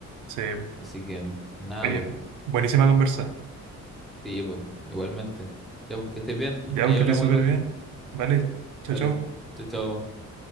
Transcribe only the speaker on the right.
Sí.
Oye,
buenísima conversa.
Ya,
pues que
te súper
bien. Vale, chau,
chau.